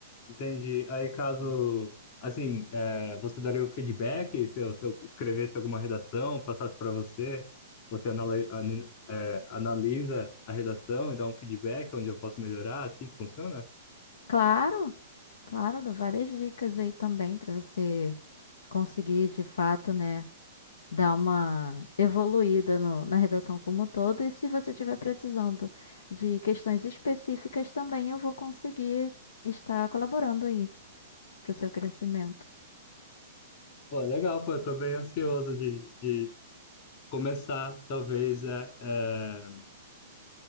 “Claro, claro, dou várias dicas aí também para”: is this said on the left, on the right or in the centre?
Left